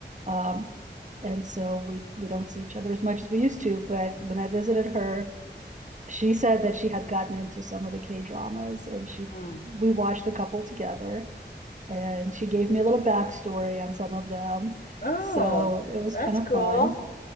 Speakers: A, on the right (about 40°); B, on the left (about 50°).
A: um and so we we don't see each other as much as we used to, but when I visited her, she said that she had gotten into some of the K dramas and she
B: Mm.
A: we watched a couple together and she gave me a little backstory on some of them.
B: Oh,
A: So it was
B: that's
A: kind of
B: cool.
A: fun.